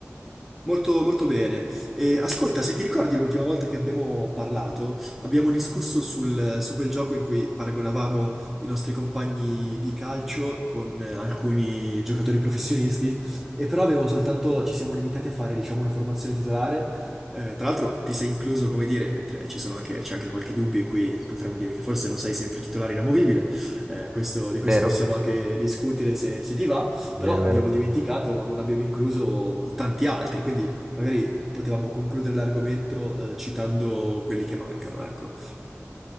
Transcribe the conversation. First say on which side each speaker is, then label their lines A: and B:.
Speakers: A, in the centre; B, on the right.
A: Molto, molto bene. E, ascolta, se ti ricordi l'ultima volta che abbiamo parlato, abbiamo discusso sul- su quel gioco in cui paragonavamo i nostri compagni di calcio con eh, alcuni giocatori professionisti, e però abbiamo soltanto, ci siamo limitati a fare, diciamo, una formazione titolare. Eh, tra l'altro ti sei incluso, come dire, mentre ci sono anche, c'è anche qualche dubbio in cui potremmo dire che forse non sei sempre titolare inamovibile. Eh, questo- di
B: Vero,
A: questo possiamo anche discutere se se ti va
B: vero,
A: però
B: vero.
A: abbiamo dimenticato, non abbiamo incluso tanti altri, quindi magari potevamo concludere l'argomento eh, citando quelli che mancano, ecco.